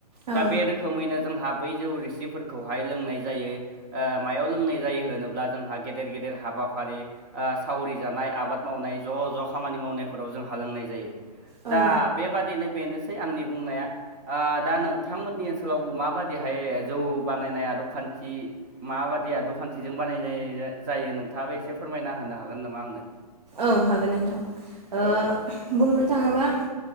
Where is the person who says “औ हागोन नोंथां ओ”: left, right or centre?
Right